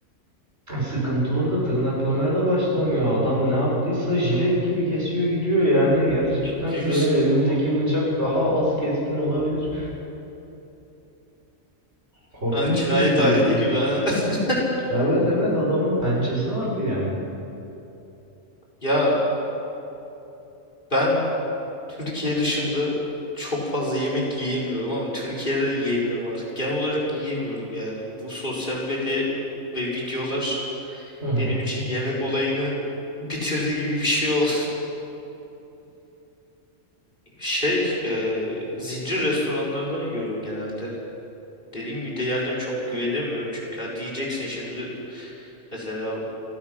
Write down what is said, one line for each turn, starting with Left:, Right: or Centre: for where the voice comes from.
Right: Sıkıntı orada tırnaklamaya da başlamıyor. Adam ne yaptıysa jilet gibi kesiyor gidiyor. Yani gerçekten
Left: <laughs> Ciddi misin?
Right: benim evimdeki
Left: O-
Right: bıçak daha az keskin olabilir. Korkunç
Left: Yani cinayet
Right: bir videoydu.
Left: aleti gibi ha. <laughs>
Right: Evet evet adamın pençesi vardı yani.
Left: Ya ben Türkiye dışında çok fazla yemek yiyemiyorum ama Türkiye'de de yiyemiyorum artık. Genel olarak yiyemiyorum yani. Bu sosyal medya ve videolar
Right: Hı hı.
Left: benim için yemek olayını bitirdi gibi bir şey oldu. <laughs> Şey, eee, zincir restoranlardan yiyorum genelde. Dediğim gibi değerlerine çok güvenemiyorum çünkü. Ha diyeceksin şimdi mesela